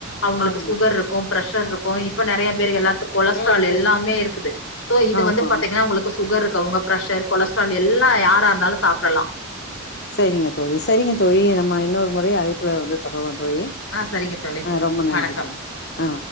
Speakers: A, on the left; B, on the left.
A: அவங்களுக்கு
B: ஆமா
A: சுகர் இருக்கு பிரஷர் இருக்கு இப்ப நெறைய பேர் எல்லாத்துக்கு கொலஸ்ட்ரால்
B: ம் ம்
A: எல்லாமே இருக்குது சோ இது
B: ஆமா
A: வந்து பாத்தீங்கன்னா
B: ஆமா
A: உங்களுக்கு சுகர் இருக்கராவங்க பிரஷர் கொலஸ்ட்ரால் எல்லா யாரா இருந்தாலு சாப்டலா
B: சரிங்க தோழி சரிங்க தோழி நம்ம இன்னொரு முறை அழைப்புல வந்து தொடர்வோ தோழி
A: ஆ சரிங்க தோழி
B: ஆ ரொம்ப நன்றி
A: வணக்கம்
B: தோழி ஆ